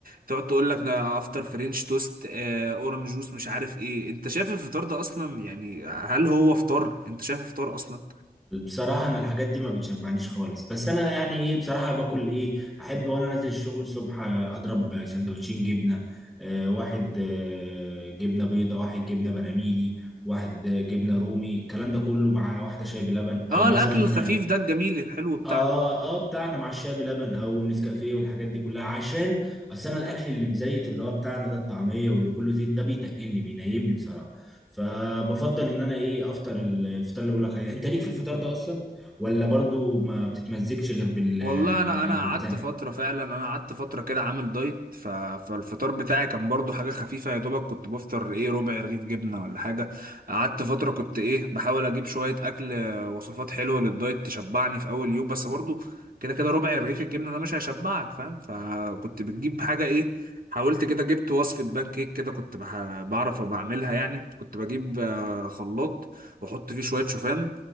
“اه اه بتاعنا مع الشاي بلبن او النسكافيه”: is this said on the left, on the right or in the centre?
Centre